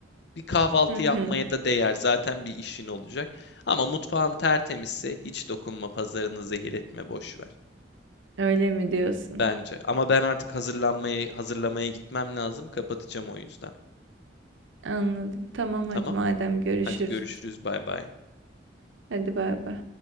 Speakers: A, on the left; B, on the right.
A: bir kahvaltı
B: Hı
A: yapmaya
B: hı.
A: da değer. Zaten bir işin olacak. Ama mutfağın tertemizse hiç dokunma, pazarını zehir etme, boş ver.
B: Öyle mi diyorsun?
A: Bence. Ama ben artık hazırlanmaya hazırlamaya gitmem lazım. Kapatacağım o yüzden.
B: Anladım. Tamam
A: Tamam.
B: hadi madem görüşürüz.
A: Hadi görüşürüz. Bay bay.
B: Hadi bay bay.